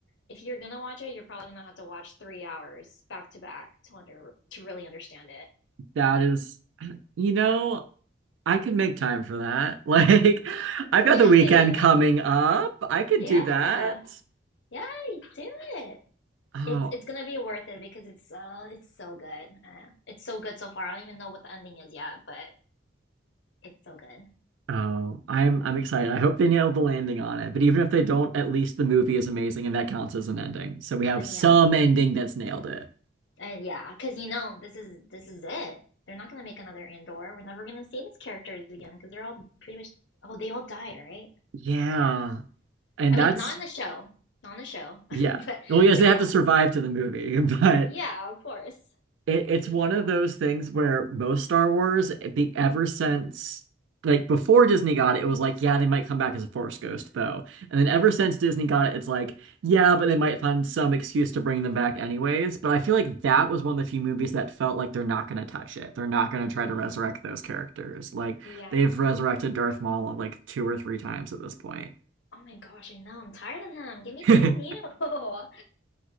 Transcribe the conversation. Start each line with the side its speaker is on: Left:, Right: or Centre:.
Left: if you're gonna watch it, you're probably gonna have to watch three hours back to back to under to really understand it.
Right: That is, you know, I could make time for that. <laughs> Like,
Left: <laughs>
Right: I've got the weekend
Left: yeah,
Right: coming up. I could
Left: yeah,
Right: do that.
Left: yeah. you Do it.
Right: Oh,
Left: It's it's gonna be worth it because it's so it's so good. Uh, it's so good so far. I don't even know what the ending is yet, but it's so good.
Right: oh, I'm I'm excited. I hope they nail the landing on it. But even if they don't, at least the movie is amazing, and that counts as an ending. So we have
Left: Yeah,
Right: some ending that's nailed it.
Left: uh, yeah. Because you know this is this is it. They're not gonna make another Andor. We're never gonna see these characters again because they're all pretty much oh they all died right.
Right: Yeah.
Left: Yeah.
Right: And
Left: I
Right: that's,
Left: mean, not in the show, not in the show, <laughs>
Right: yeah.
Left: but
Right: Well, yes,
Left: but
Right: they
Left: yeah,
Right: have to survive to the movie, <laughs> but
Left: Yeah, of course.
Right: it, it's
Left: Yeah.
Right: one of those things where most Star Wars, it be, ever since, like before Disney got it, it was like, yeah, they might come back as a Force ghost, though. And then ever
Left: Mm,
Right: since Disney got it, it's like, yeah, but they might find some excuse to bring them back anyways. But I feel like that was one of the few movies that felt like they're not going to touch it. They're not going to try
Left: yeah,
Right: to resurrect those characters. Like
Left: yeah.
Right: they've resurrected Darth Maul like two or three times at this point.
Left: Oh my gosh, I know. I'm tired of him. Give me
Right: <laughs>
Left: something new. <laughs>